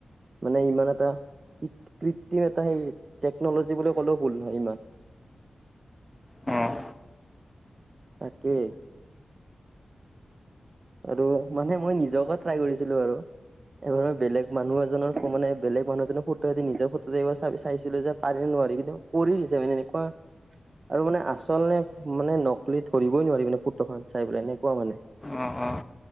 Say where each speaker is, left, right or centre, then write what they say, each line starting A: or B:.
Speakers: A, on the right (about 45°); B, on the left (about 15°).
A: মানে ইমান এটা কৃত্ৰিম এটা সেই টেকনলজি বুলি ক'লেও ভুল নহয় ইমান।
B: উম
A: তাকে আৰু মানে মই নিজকে ট্ৰাই কৰিছিলো আৰু <unintelligible> এবাৰৰ বেলেগ মানুহ এজনৰ মানে বেলেগ মানুহজনৰ ফটোৱে দি নিজৰ ফটো এইবাৰ চাইছিলো যে পাৰি নোৱাৰি। কৰি কিন্তু কৰি দিছে মানে এনেকুৱা। <unintelligible> আৰু মানে আচল নে মানে নকলেি ধৰিবই নোৱাৰি মানে ফটোখন চাই পেলাই এনেকুৱা মানে।
B: অঁ অঁ